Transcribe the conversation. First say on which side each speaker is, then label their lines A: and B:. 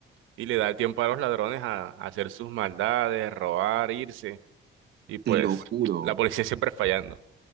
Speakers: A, on the right (about 85°); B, on the right (about 55°).
A: Y le da el tiempo a los ladrones a, a hacer sus maldades, robar, irse. Y pues
B: te lo juro.
A: la policía siempre fallando,